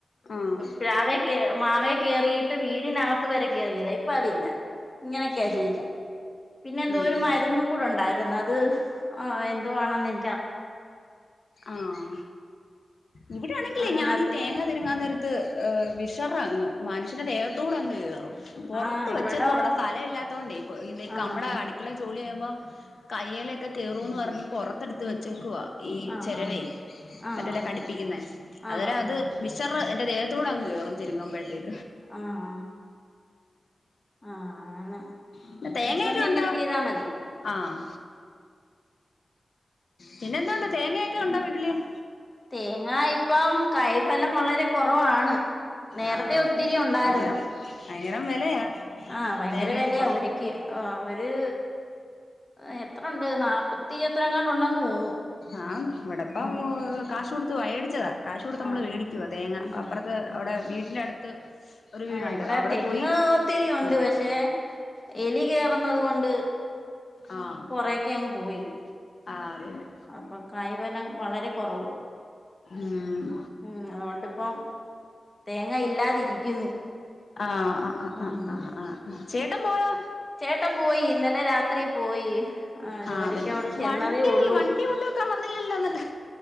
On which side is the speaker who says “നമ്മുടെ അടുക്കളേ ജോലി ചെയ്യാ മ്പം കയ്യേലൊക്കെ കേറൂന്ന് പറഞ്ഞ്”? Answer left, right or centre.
Left